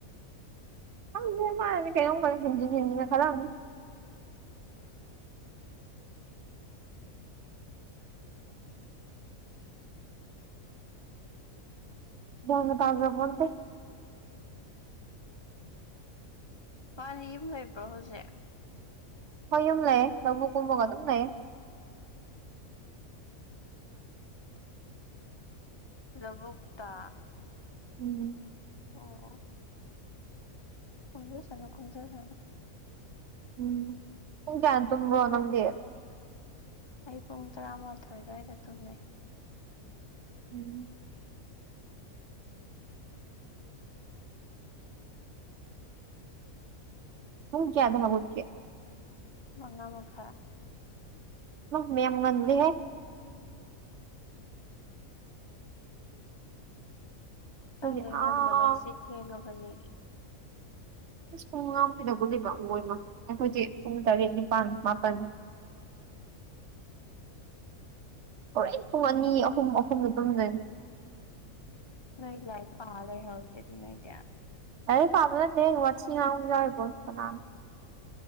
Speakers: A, on the right (about 60°); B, on the left (about 25°).
A: ꯈꯪꯗꯦ ꯃꯒꯤꯁꯦ ꯀꯩꯅꯣ ꯀꯩꯅꯣ ꯍꯦꯟꯖꯤꯟ ꯍꯦꯟꯖꯤꯟꯅ ꯈꯂꯝꯅꯤ ꯒꯌꯥꯟꯒ ꯇꯖꯄꯣꯠꯇꯦ
B: ꯃꯥꯗꯤ ꯌꯨꯝ ꯂꯩꯕ꯭ꯔꯣ ꯍꯧꯖꯤꯛ
A: ꯍꯣꯏ ꯌꯨꯝ ꯂꯩꯌꯦ ꯂꯧꯕꯨꯛ ꯀꯨꯝꯃꯒ ꯑꯗꯨꯝ ꯂꯩꯌꯦ
B: ꯂꯧꯕꯨꯛꯇ
A: ꯎꯨꯝ
B: ꯑꯣ ꯀꯨꯝꯖꯁꯅꯨ ꯀꯨꯃꯖꯁꯅꯨ
A: ꯎꯝ ꯄꯨꯡ ꯀꯌ ꯇꯨꯝꯕ꯭ꯔꯣ ꯅꯪꯗꯤ
B: ꯑꯩ ꯄꯨꯡ ꯇꯔꯥꯃꯥꯊꯣꯏ ꯑꯗꯨꯋꯥꯏꯗ ꯇꯨꯝꯃꯦ
A: ꯎꯝ ꯄꯨꯡ ꯀꯌꯥꯗ ꯍꯧꯒꯠꯀꯦ
B: ꯃꯉꯥ ꯃꯈꯈꯥꯏ
A: ꯃꯌꯥꯝ ꯉꯟꯂꯤꯍꯦ ꯑꯩꯈꯣꯏꯗꯤ
B: ꯀꯥꯏꯗꯩ
A: ꯑꯥ
B: ꯉꯟꯕꯅꯣ ꯁꯤ ꯊꯦꯡꯉꯕꯅꯦ
A: ꯄꯨꯡ ꯃꯉꯥ ꯃꯈꯥꯏꯗ ꯍꯧꯒꯠꯂꯤꯕ ꯃꯣꯏꯃ ꯑꯩꯈꯣꯏꯗꯤ ꯄꯨꯡ ꯇꯔꯦꯠ ꯅꯤꯄꯥꯟ ꯃꯥꯄꯟ ꯍꯣꯔꯦꯟ ꯄꯨꯡ ꯑꯅꯤ ꯑꯍꯨꯝ ꯑꯍꯨꯝꯗ ꯇꯨꯝꯗꯣꯏꯅꯤ
B: ꯅꯣꯏ ꯂꯥꯏꯔꯤꯛ ꯄꯔꯥ ꯂꯩ ꯍꯔꯧꯔꯤꯗꯨꯗꯤ ꯅꯣꯏꯗꯤ
A: ꯂꯥꯏꯔꯤꯛ ꯄꯕ ꯅꯇꯦꯍꯦ ꯋꯥꯠꯊꯤ ꯉꯥꯡꯕ ꯌꯥꯎꯔꯤꯄꯣꯠꯅꯤ ꯀꯅꯅ